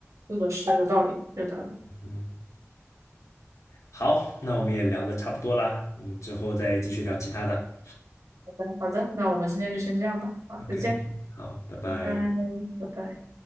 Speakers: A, on the right; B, on the left.
A: 是的，是的，有道理，有道理。
B: 嗯，好，那我们也聊得差不多啦，我们之后再继续聊其他的。
A: 好的，好的，那我们今天就先这样吧，好，
B: OK，
A: 再见。
B: 好，拜拜。
A: 拜拜，拜拜。